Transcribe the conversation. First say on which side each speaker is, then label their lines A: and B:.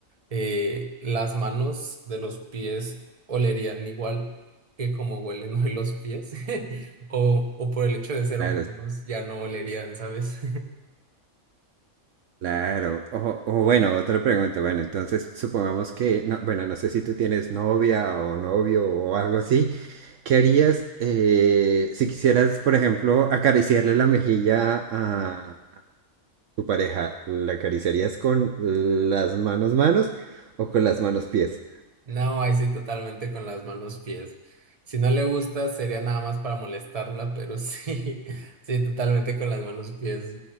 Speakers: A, on the right; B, on the right.
A: Eh, las manos de los pies olerían igual que como huelen <laughs> hoy los pies, <laughs> o, o por el hecho de ser
B: Claro,
A: manos
B: es-
A: ya no olerían, ¿sabes?
B: claro. O, o bueno, otra pregunta. Bueno, entonces supongamos que, no, bueno, no sé si tú tienes novia o novio o algo así. ¿Qué harías eh, si quisieras, por ejemplo, acariciarle la mejilla a, tu pareja, ¿la acariciarías con las manos manos o con las manos pies?
A: No, ahí sí totalmente con las manos pies. Si no le gusta, sería nada más para molestarla, pero sí, <laughs> sí, totalmente con las manos pies.